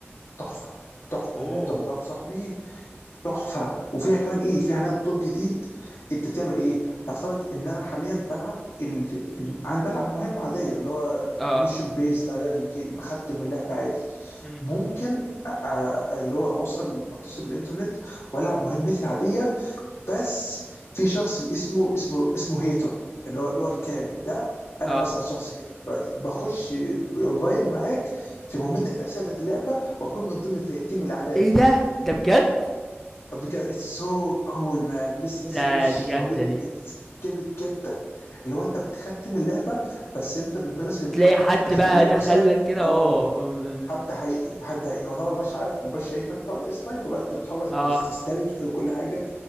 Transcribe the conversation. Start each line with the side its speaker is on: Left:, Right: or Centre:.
Left: تحفه تحفه
Centre: اوه
Left: انا لعبت عند واحد صاحبي تحفه وفيها كمان ايه فيها حاليا طور جديد انت بتعمل ايه نفترض ان انا حاليا بلعب ال... ال... انا بلعب مهمه عاديه اللي هو
Centre: اه
Left: ميشن بيست عاديه في الجيم بختم اللعبه عادي
Centre: م.
Left: ممكن أ... أ... اللي هو اوصل اتصل بالانترنت والعب مهمتي العاديه بس في شخص اسمه اسمه اسمه هيتر اللي هو اللي هو الكاره ده انا
Centre: اه
Left: مثلا شخص هيتر دلوقتي بخش اونلاين معاك في مهمتك الاساسيه بتاعت اللعبه واكون من ضمن الفئتين من الاعداء
Centre: ايه
Left: التانيين
Centre: ده ده بجد
Left: بجد اتس سو كول مان لسه لسه
Centre: لا
Left: مالوش
Centre: دي
Left: شهرين
Centre: جامدة دي
Left: اتس جامد جدا اللي هو انت بتختم اللعبه بس انت من الناس اللي بتواجهك
Centre: تلاقي حد
Left: في تختيم
Centre: بقى
Left: اللعبه
Centre: دخلك
Left: نفسها
Centre: كده
Left: اه
Centre: اه م- م-
Left: حد حقيقي
Centre: م.
Left: حد حقيقي هو طبعا مبقاش عارف مبقاش شايفك طبعا سنايبر بقى انت بتحاول بقى
Centre: اه
Left: تستلث وكل حاجه